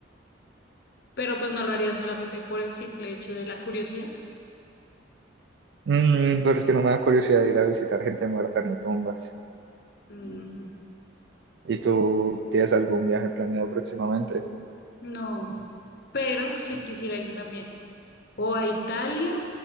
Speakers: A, on the left; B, on the right.
A: pero pues no lo haría solamente por el simple hecho de la curiosidad.
B: Mm, pero es que no me da curiosidad ir a visitar gente muerta ni tumbas.
A: Mm,
B: ¿Y tú tienes algún viaje planeado próximamente?
A: no, pero sí quisiera ir también o a Italia